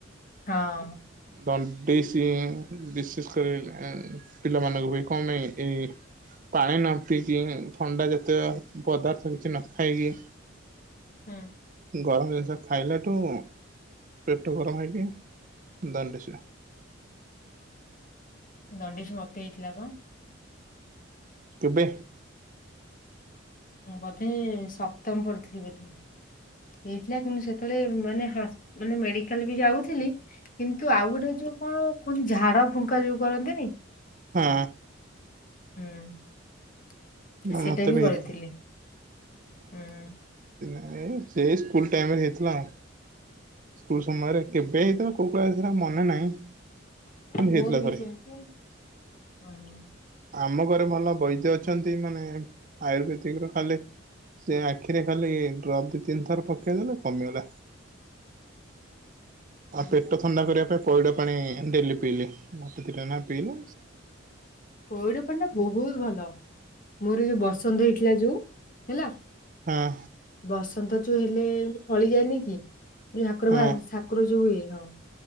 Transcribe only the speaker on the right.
ଦଣ୍ଡିସ ବିଶେଷ କରି ପିଲାମାନଙ୍କୁ ହୁଏ କଣ ପାଇଁ ଏଇ ପାଣି ନ ପିଇକି ଥଣ୍ଡା ଯାତୀୟ ପଦାର୍ଥ କିଛି ନ ଖାଇକି।
ଗରମ ଜିନିଷ ଖାଇଲାଠୁଁ ପେଟ ଗରମ ହେଇଯାଏ ଦଣ୍ଡିସ ହୁଏ।
କେବେ?
ହୁଁ।
ନା
ମତେ
ହେଇଥିଲା
ଏ ସେ ସ୍କୁଲ ଟାଇମରେ ହେଇଥିଲା ଆଉ। ସ୍କୁଲ ସମୟରେ କେବେ ହେଇଥୀଲା କୋଉ କ୍ଲାସରେ ହେଇଥିଲା ଆଉ ମନେ ନାହିଁ। କିନ୍ତୁ
ହେଇଥିଲା
ଥରେ।
ଆମ ଘରେ ଭଲ ବୈଦ୍ୟ ଅଛନ୍ତି ମାନେ ଆୟୁର୍ବେଦିକର ଖାଲି ସେ ଆଖିରେ ଖାଲି ଡ୍ରପ ଦି ତିନି ଥର ପକେଇଦେଲେ କମିଗଲା।
ଆଉ ପେଟ ଥଣ୍ଡା କରିବା ପାଇଁ ପଇଡ଼ ପାଣି ଡେଲି ପିଇଲି ଗୋଟେ ଦିଇଟା ନାଖେ ପିଇଲି।
ହଁ।
ହଁ